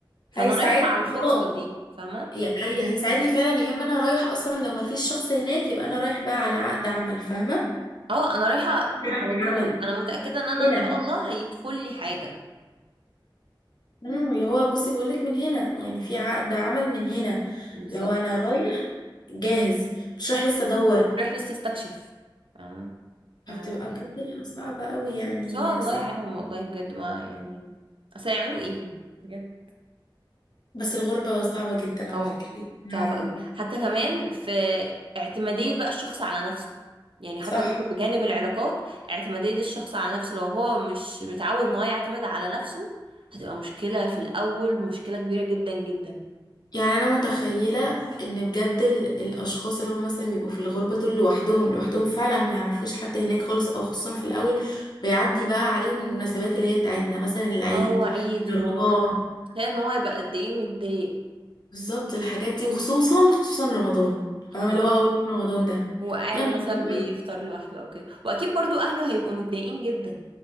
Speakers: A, on the right; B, on the left.
A: فانا
B: هيساعدني
A: رايحة على الفرصة
B: اه
A: دي فاهمة
B: يعني هيساعدني فعلا يا اما انا رايح اصلا لو مفيش شخص هناك يبقى انا رايح بقى على عقد عمل فاهمة
A: اه انا رايحة
B: عقد
A: على طول
B: عمل
A: انا متأكدة ان انا
B: هنا
A: ان شاء الله هيدخل لي حاجة
B: امم اللي هو بصي بقولك من هنا يعني في عقد عمل من هنا
A: بالظبط
B: لو انا رايح جاهز مش رايح لسه ادور
A: رايح لسه استكشف فاهمة ف-
B: فبتبقى
A: ان
B: بجد لا صعبة قوي يعني
A: شاء الله
B: صعب
A: يعينهم والله بجد ما يعني اصل هيعملوا ايه بجد
B: بس الغربة صعبة جدا على
A: او
B: فكرة
A: صعب
B: آه،
A: قوي حتى كمان في اعتمادية بقى الشخص على نفسه يعني
B: صح
A: حتى برضه بجانب العلاقات اعتمادية الشخص على نفسه لو هو مش متعود ان هو يعتمد على نفسه هتبقى مشكلة في الأول مشكلة كبيرة جدا جدا
B: يعني انا متخيلة ان بجد ال- الاشخاص اللي هم مثلا بيبقوا في الغربة دول لوحدهم لوحدهم فعلا ما يعرفوش حد هناك خالص او خصوصا في الاول بيعدي بقى عليهم المناسبات اللي هي بتاعتنا مثلا العيد
A: اه عيد ورمضان
B: رمضان
A: تخيل ان هو يبقى قد ايه متضايق
B: بالظبط الحاجات دي وخصوصا خصوصا رمضان فاهمة
A: اهو
B: اللي هو أول يوم رمضان ده
A: هو قاعد
B: يا نهار
A: مثلا بيفطر
B: أبيض
A: لوحده او كده واكيد برضو اهله هيبقوا متضايقين جدا